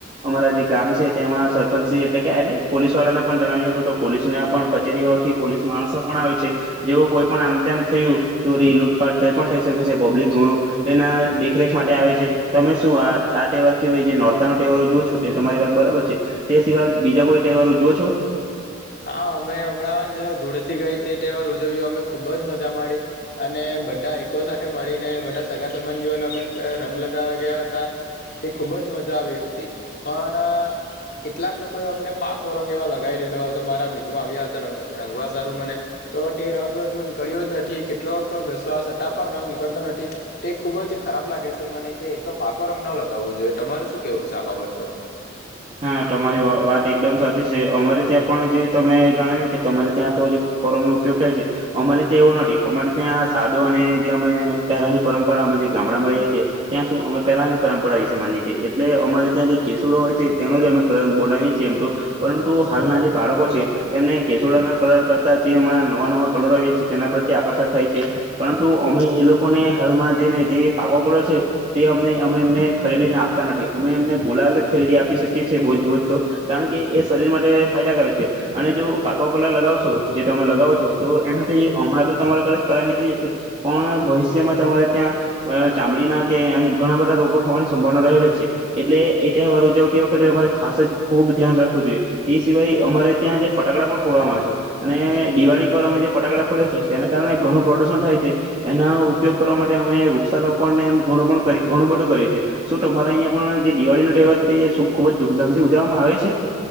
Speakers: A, on the right; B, on the left.
A: અમારા જે ગામ છે તેમાં સરપંચ સી એટલે કે એટલે પોલીસ વાળાને પણ જણાવી તો પોલીસ ના પણ કચેરીઓથી પોલીસ માણસો પણ આવે છે જેવું કોઈ પણ આમતેમ થયું ચોરી, લૂટફાટ, કઈ પણ થઈ શકે છે પબ્લિક ઘણું તેના દેખરેખ માટે આવે છે તમે શું આ આ તહેવાર સિવાય જે નોર્તા ન તહેવાર ઉજવો છો તે તમારી વાત બરાબર છે તે સિવાય બીજા કોઈ તહેવાર ઉજવો છો
B: હા અમે હમણાં જ ધુળેટી ગઈ તે તહેવાર ઉજવ્યો અમે ખૂબ જ મજા માડી અને બધા એકકો સાથે મળીને બધા સગા સંબંધીઓને અમે રંગ લગાવવા ગયા હતા તે ખૂબ જ મજા આવી હતી, પણ કેટલાક લોકોએ અમને પાકો રંગ એવા લગાવી દીધો હતો તો મારા મિત્રો આવ્યા હતા રંગવા સારું મને તો તે રંગ હજુ નીકળ્યો જ નથી, કેટલોક ઘસવા છતાં પણ રંગ નીકળતો નથી તે ખુબ જ ખરાબ લાગે છે મને કે એટલો પાકો રંગ ન લગાવવો જોઈએ તમારે શું કેવું છે આ બાબત પર
A: હા તમારી વાત એકદમ સાચી છે, અમારે ત્યાં પણ જે તમે જણાવ્યું કે તમારે ત્યાં તો જે કોરંગનો ઉપયોગ થાય છે અમારે ત્યાં એવું નથી અમારે ત્યાં સાદો અને જે અમે પહેલાની પરંપરા અમે જે ગામડામાં રહીએ છીએ ત્યાં શું અમે પહેલાની પરંપરા વિશે માનીએ છીએ એટલે અમારે ત્યાં જે કેસુડો હોય છે છે એનોજ અમે કલર બનાવીએ છીએ એમ પરંતુ, હાલના જે બાળકો છે તેમને કેસૂડાના કલર કરતા જે હમણાં નવા નવા કલર આવીએ છીએ તેના પ્રત્યે આકર્ષક થાય છે પરંતુ અમે એ લોકોને હાલમાં જેને જે પાકો કલર છે તે અને અમે એમને ખરીદીને આપતા નથી અમે એમને ગુલાલ જ ખરીદી આપતા આપ શકીએ છી બોજ બોજ તો કારણ કે એ શરીર માટે ફાયદાકારક છે અને જો પાકો કલર લગાવશો જે તમે લગાવો છો તો એનાથી હમણાં તો તમારા ક કલર નીકળી જશે પણ ભવિષ્યમાં તમારે ત્યાં ચામડીના કે એમ ઘણા બધા રોગો થવાની સંભાવના રહેલી છે એટલે એ તહેવાર ઉજવ તે વખતે અમારે ખાસ જ ખૂબ ધ્યાન રાખવું જોઈએ એ સિવાય અમારે ત્યાં જે ફટાકડા પણ ફોડવામાં આવે છે અને દિવાળી પર અમે જે ફટાકડા ફોડ્યા છે તેના કારણે ઘણું પ્રદુષણ થાય છે એના ઉપયોગ કરવા માટે અમે વૃક્ષારોપણને એમ ઘણું ઘણુ બધું કરીએ છીએ શું તમારે અહીંયા પણ જે દિવાળીનો તહેવાર છે એ ખુબ જ ધૂમધામથી ઉજવવામાં આવે છે